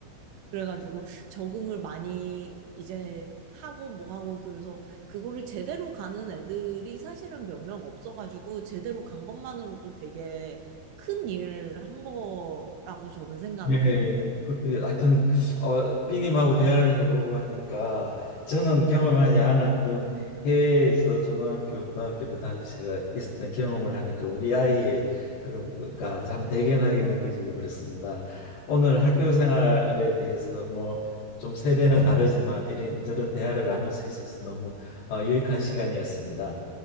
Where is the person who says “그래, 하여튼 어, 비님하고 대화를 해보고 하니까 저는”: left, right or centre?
Left